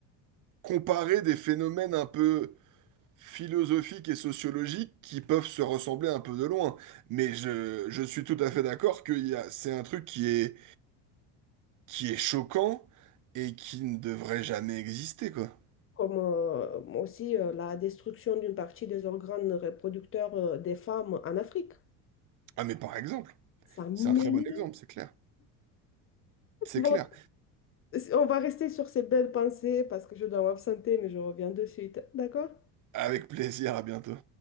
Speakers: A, on the right; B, on the left.
A: comparer des phénomènes un peu philosophiques et sociologiques qui peuvent se ressembler un peu de loin. Mais je, je suis tout à fait d'accord que c'est un truc qui est, qui est choquant et qui ne devrait jamais exister, quoi.
B: comme euh, aussi euh, la destruction d'une partie des organes reproducteurs euh, des femmes en Afrique.
A: Ah mais par exemple,
B: Ça m'énerve.
A: c'est un très bon exemple, c'est clair. C'est
B: Bon,
A: clair.
B: on va rester sur ces belles pensées parce que je dois m'absenter, mais je reviens de suite. D'accord?
A: Avec plaisir, à bientôt.